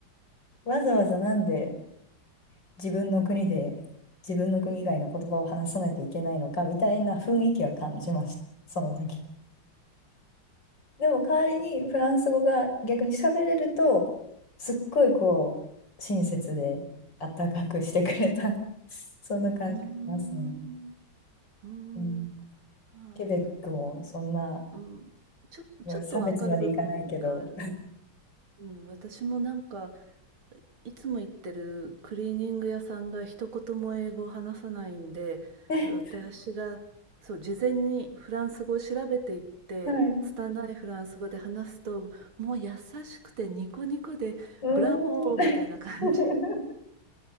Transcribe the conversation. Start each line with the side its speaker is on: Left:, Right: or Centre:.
Left: う、わざわざなんで、自分の国で自分の国以外の言葉を話さないといけないのかみたいな雰囲気は感じました、その時。でも代わりにフランス語が逆に喋れると、すっごいこう、親切で温かくしてくれた <laughs>、そんな感じがしますね。
Right: うん、うん、
Left: うん、
Right: あ
Left: ケベックもそんな
Right: ーうんちょ、ちょっとわかる部分がある。
Left: 差別までいかないけど。
Right: うん、私もなんかいつも行ってるクリーニング屋さんが一言も英語を話さないんで、
Left: <laughs> はい。
Right: 私が、そう、事前にフランス語を調べていって、
Left: う
Right: 拙いフランス語で話すと、もう優しくてニコニコで、
Left: ーん。
Right: ブラボーみたいな感じ。
Left: <laughs>